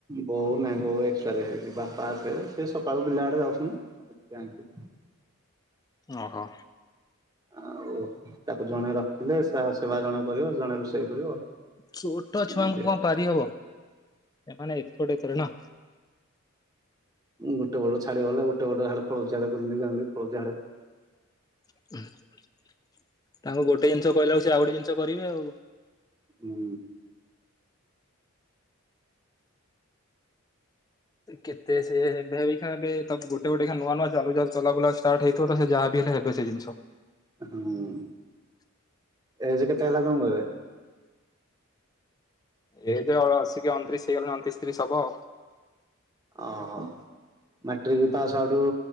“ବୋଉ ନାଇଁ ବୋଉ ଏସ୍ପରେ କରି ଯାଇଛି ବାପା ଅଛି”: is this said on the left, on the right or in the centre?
Right